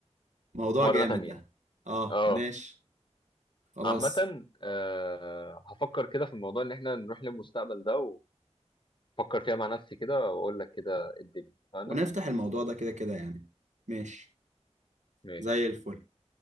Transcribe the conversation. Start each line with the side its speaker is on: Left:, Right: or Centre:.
Right: موضوع
Left: مرة
Right: جامد
Left: تانية
Right: ده اه
Left: اه
Right: ماشي خلاص
Left: عامة آه، هفكر كده في الموضوع ان احنا نروح للمستقبل ده وفكر فيها مع نفسي كده واقول لك كده الدنيا انا
Right: ونفتح الموضوع ده كده كده يعني ماشي
Left: ماشي
Right: زي الفل